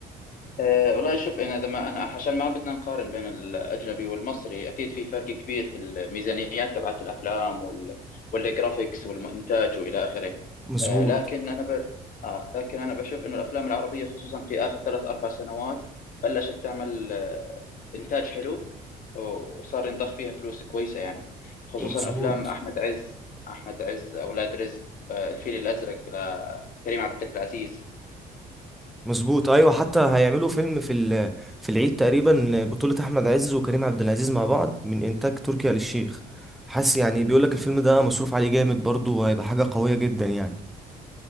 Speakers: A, on the left; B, in the centre.
A: أه والله شوف انا اذا ما انا عشان ما بدنا نقارن بين الاجنبي والمصري اكيد في فرق كبير في الميزانيات تبعت الافلام وال والجرافيكس والمونتاج والى اخره
B: مظبوط
A: أه لكن انا ب... آه لكن انا بشوف انه الافلام العربيه خصوصا في اخر ثلاث اربع سنوات بلشت تعمل أه انتاج حلو و- وصار ينضخ فيها فلوس كويسه يعني خصوصا
B: مظبوط
A: افلام احمد عز احمد عز اولاد رزق أه الفيل الازرق لكريم عبد العزيز
B: مظبوط ايوه حتى هيعملوا فيلم في ال- في العيد تقريبا بطوله احمد عز وكريم عبد العزيز مع بعض من انتاج تركي آل الشيخ حاسس يعني بيقول لك الفيلم ده مصروف عليه جامد برضه وهيبقى حاجه قويه جدا يعني